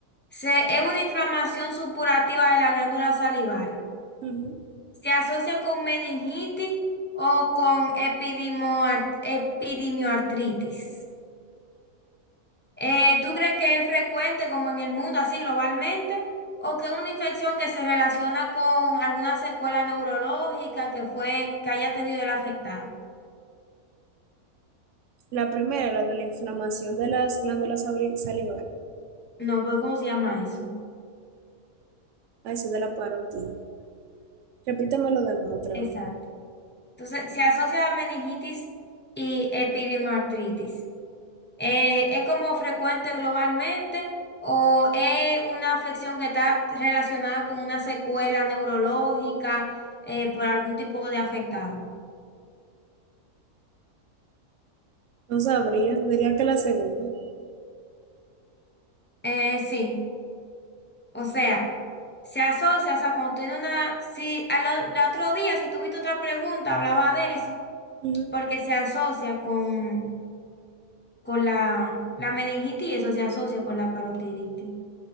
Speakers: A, on the left (about 15°); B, on the right (about 60°).
A: se, es una inflamación supurativa de las glándulas salivales?
B: Ujú.
A: ¿Se asocia con meningitis o con epidimoart- epidemioartritis? Eh, ¿tú crees que es frecuente como en el mundo, así globalmente, o que es una infección que se relaciona con alguna secuela neurológica que fue, que haya tenido el afectado?
B: La primera, la de la inflamación de las glándulas sabri- salivales.
A: No, pues ¿cómo se llama eso?
B: Ah, eso es de la parotida. Repítame lo demás otra
A: Exacto.
B: vez.
A: Entonces, se asocia a meningitis y epidimartritis. Eh, ¿es como frecuente globalmente o es una afección que está relacionada con una secuela neurológica eh, por algún tipo de afectado?
B: No sabría, diría que la segunda.
A: Eh, sí. O sea, se asocia, o sea, cuando tiene una, si al, o- el otro día, si tuviste otra pregunta, hablaba de eso,
B: Ujú.
A: porque se asocia con, con la, la meningitis, eso se asocia con la parotiditis.